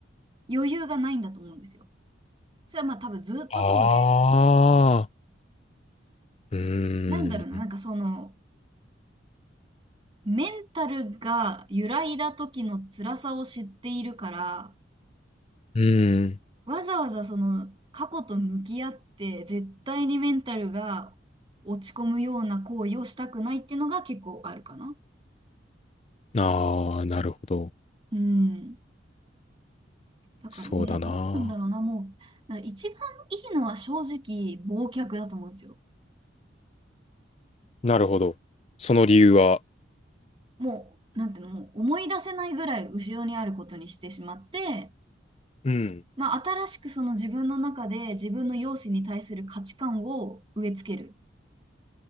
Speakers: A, on the right; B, on the left.
A: 余裕がないんだと思うんですよ。それはまあ多分ずっとそうで、
B: ああ。うーん。
A: なんだろうな、なんかその、メンタルが揺らいだ時の辛さを知っているから、
B: うーん。
A: わざわざその過去と向き合って、絶対にメンタルが落ち込むような行為をしたくないっていうのが結構あるかな。
B: ああ、なるほど。
A: うん。だからね、
B: そうだな。
A: どうなんだろうな、もう、だから一番いいのは正直、忘却だと思うんですよ。
B: なるほど。その理由は。
A: もう、なんていうの、もう思い出せないぐらい後ろにあることにしてしまって、
B: うん。
A: まあ、新しくその自分の中で自分の容姿に対する価値観を植え付けるっ